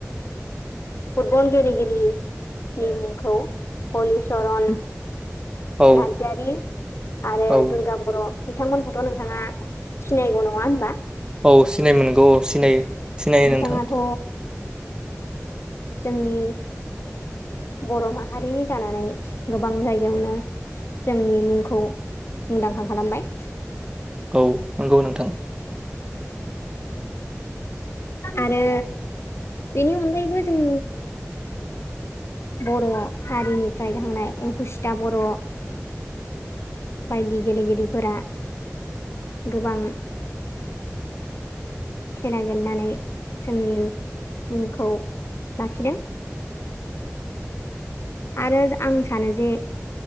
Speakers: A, on the left (about 60°); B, on the right (about 15°).
A: फुटबल गेलेगिरि नि मुंखौ हलिचरन
B: औ
A: नारजारि आरो
B: औ
A: दुर्गा बर' बिथांमोनखौथ' नोंथाङा सिनायगौ नङा होनबा
B: औ सिनाय मोनगौ औ सिनायो सिनायो
A: बिथाङाथ'
B: नोंथां
A: जोंनि बर' माहारिनि जानानै गोबां जायगायावनो जोंनि मुंखौ मुंदांखा खालामबाय
B: औ नंगौ नोंथां
A: आरो बेनि अनगायैबो जों बर' हारिनिफ्राय थांनाय अंकुसिथा बर' बायदि गेलेगिरिफोरा गोबां
B: <inaudible>
A: खेला गेलेनानै जोंनि मुंखौ लाखिदों आरो आं सानो जे